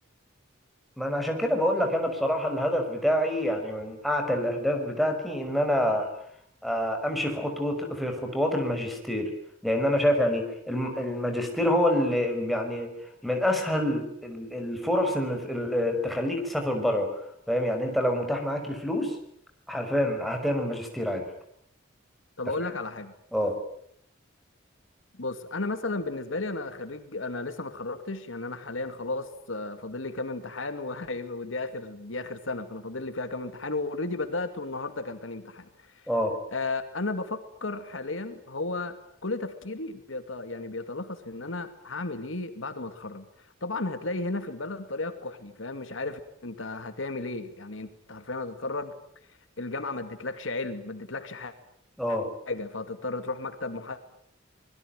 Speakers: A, in the centre; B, on the left.
A: ما انا عشان كده بقول لك انا بصراحه الهدف بتاعي يعني من اعتى الاهداف بتاعتي ان انا آه، امشي في خطوات في خطوات الماجستير لان انا شايف يعني الم- الماجستير هو اللي يعني من اسهل ال- الفرص ان ت- ال- تخليك تسافر بره فاهم يعني انت لو متاح معاك الفلوس حرفيا هتعمل ماجستير عادي
B: طب
A: انت
B: اقول
A: فاهم
B: لك على حاجه
A: اه
B: بص انا مثلا بالنسبه لي انا خريج انا لسه ما اتخرجتش يعني انا حاليا خلاص آه، فاضل لي كام امتحان <laughs> وهيبقى ودي اخر دي اخر سنه فانا فاضل لي فيها كام امتحان واوريدي بدات والنهارده كان تاني امتحان
A: اه
B: آه، انا بفكر حاليا هو كل تفكيري بيط... يعني بيتلخص في ان انا هعمل ايه بعد ما اتخرج طبعا هتلاقي هنا في البلد طريقه كحلي فاهم مش عارف انت هتعمل ايه يعني انت حرفيا هتتخرج الجامعه ما ادتلكش علم ما ادتلكش حاجه
A: اه
B: فهتضطر تروح مكتب محاسبه